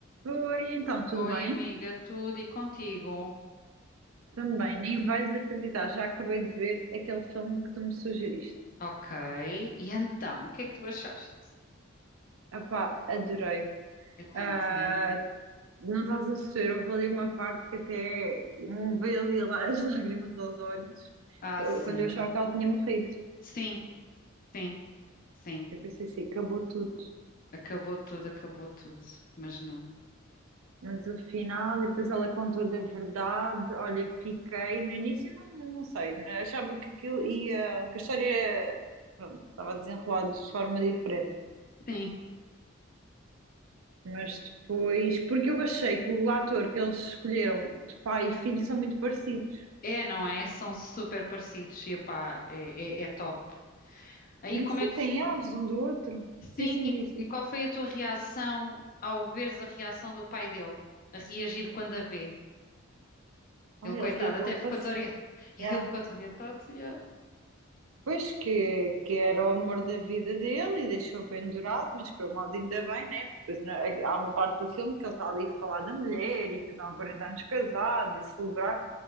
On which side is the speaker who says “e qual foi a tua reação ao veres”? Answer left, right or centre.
Left